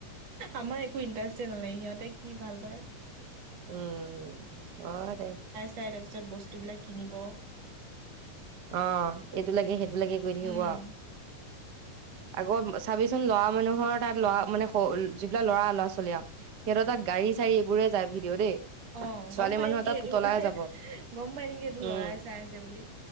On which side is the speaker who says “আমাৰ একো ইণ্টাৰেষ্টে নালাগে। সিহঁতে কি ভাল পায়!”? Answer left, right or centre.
Right